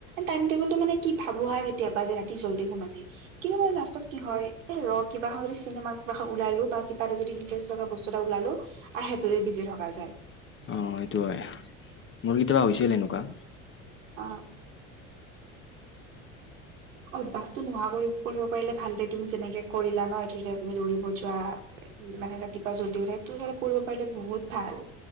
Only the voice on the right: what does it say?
টাইম -টেবুলটো মানে, কি? ভাবোঁ হা! কেতিয়াবা, যে ৰাতি জল্দি শুম আাজি! কি হয়, লাষ্টত কি হয়! এ, ৰ' কিবা এখন যদি চিনেমা, কিবা এখন ওলালোঁ বা কিবা এটা যদি ইন্টেৰেষ্ট থকা বস্তু এটা ওলালোঁ আৰু সেইটোতে বিজি থকা যায়।
অ'! অভ্যাসটো নোহোৱা <unintelligible> নোহোৱা কৰিব পাৰিলে ভাল দে। তুমি, যেনেকে কৰিলা ন'? এইটো, এতিয়া তুমি দৌৰিব যোৱা। মানে, ৰাতিপুৱা জল্দি উঠা, সেইটো হিচাপত কৰিব পাৰিলে বহুত ভাল!